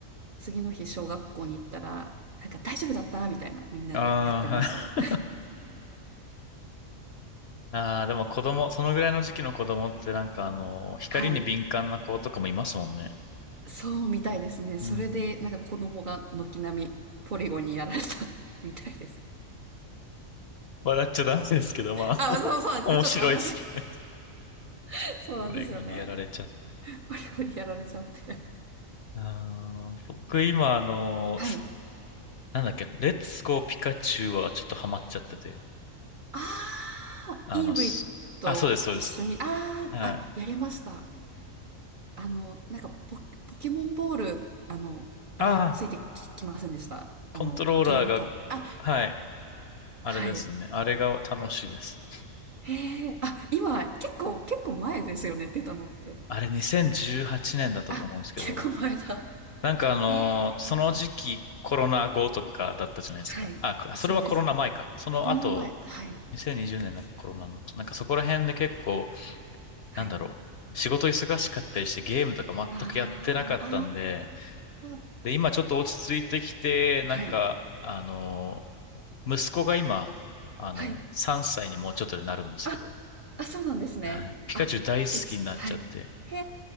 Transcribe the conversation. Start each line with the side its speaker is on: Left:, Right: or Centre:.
Right: 次の日小学校に行ったら、なんか大丈夫だったみたいなみんなでやってましたね。
Left: ああ、はい。<laughs> ああ、でも子供、そのぐらいの時期の子供ってなんかあの、光に敏感な子とかもいますもんね。
Right: <laughs> はい。そうみたいですね。それで、
Left: うん。
Right: なんか子供が軒並みポリゴンにやられた <laughs> みたいです。
Left: 笑っちゃダメですけど、まあ、
Right: あ、そうそうなんですよ。
Left: <laughs> 面白いですね。
Right: ちょっとあんま、ふ <laughs>
Left: <laughs>
Right: そうなんですよね。
Left: ポリゴンにやられちゃった。
Right: ポリゴンにやられちゃって。
Left: あー僕今あの、
Right: はい。
Left: なんだっけ、レッツゴーピカチュウはちょっとハマっちゃってて。
Right: ああ、
Left: あの、
Right: EV
Left: すあ、
Right: と一緒に、
Left: そうです、そうです。
Right: あ
Left: はい。
Right: あ、あ、やりました。あの、なんかポ、ポケモンボール、あの、
Left: ああ、
Right: あれでついてき、きませんでした。
Left: コントローラーが、
Right: あの、ゲームか、あ、
Left: はい、あれですね。
Right: はい。
Left: あれが楽しいです。
Right: へえ、あ、今、結構、結構前ですよね、出たのって。
Left: あれ2018年だったと思うんですけど、
Right: あ、結構前だ。
Left: なんかあのーその時期コロナ後とかだったじゃないですか。
Right: ええはい。
Left: あ、こそれはコロナ前か。
Right: そうです。
Left: その後、
Right: コロナ前、はい。
Left: 2020年なんかコロナの、なんかそこら辺で結構、
Right: はい。
Left: なんだろう。仕事忙しかったりしてゲームとか全くやってなかったんで、
Right: ああ、あ
Left: で、今ちょっと落ち着いてきて、なんか、
Right: あ、はい。
Left: あの、息子が今、あの、
Right: はい。
Left: 3歳にもうちょっとでなるんですけど、
Right: あ、あ、そうなんですね。
Left: はい。ピカチュウ大好きになっちゃって。
Right: あ、うち、はい。へ